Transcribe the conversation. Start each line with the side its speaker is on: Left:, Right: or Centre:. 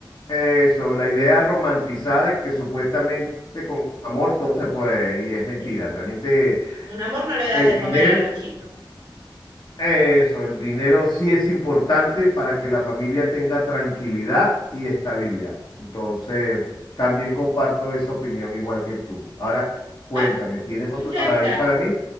Left: Eso, la idea romantizada de que supuestamente con amor todo se puede, y es mentira.
Right: Sí.
Left: Realmente
Right: Un amor no le das
Left: el
Right: de
Left: dinero,
Right: comer a los chicos. <laughs>
Left: eso, el dinero sí es importante para que la familia tenga tranquilidad y estabilidad. Entonces, también comparto esa opinión igual que tú. Ahora, cuéntame,
Right: Ah,
Left: ¿tienes otra
Right: Escucha
Left: para
Right: esta,
Left: ahí para mí?